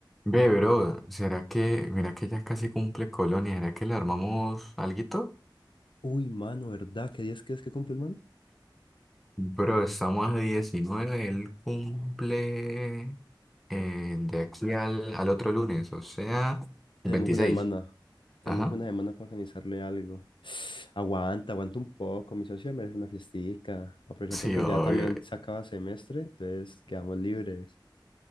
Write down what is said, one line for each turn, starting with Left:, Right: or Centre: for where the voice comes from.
Centre: Ve, bro, ¿será que, mira que ya casi cumple Colonia, ¿será que le armamos alguito?
Left: Uy, mano, ¿verdad? ¿Qué días crees que cumple el man?
Centre: Bro, estamos a 19, él cumple eh, de aquí al, al otro lunes, o sea, el
Left: Tenemos
Centre: 26.
Left: una semana. Tenemos
Centre: Ajá.
Left: una semana para organizarle algo. <sighs> Aguanta, aguanta un poco. Mi socio merece una fiestica. Aprovechando
Centre: Sí,
Left: que
Centre: obvio.
Left: ya también se acaba semestre, entonces quedamos libres.